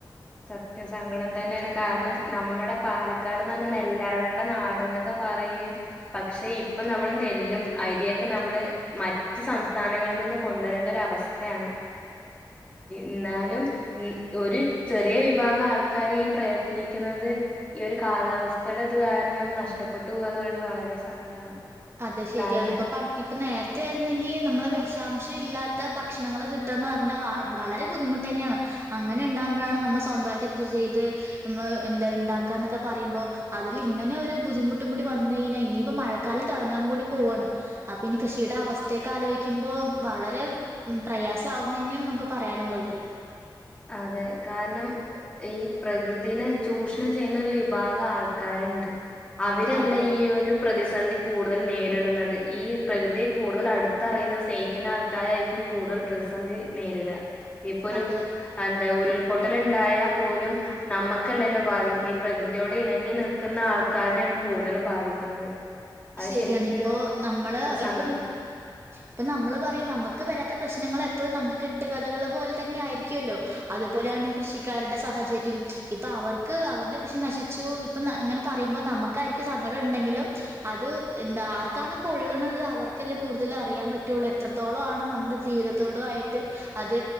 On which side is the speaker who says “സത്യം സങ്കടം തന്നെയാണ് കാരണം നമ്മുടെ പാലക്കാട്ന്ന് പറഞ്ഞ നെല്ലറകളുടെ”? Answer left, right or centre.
Left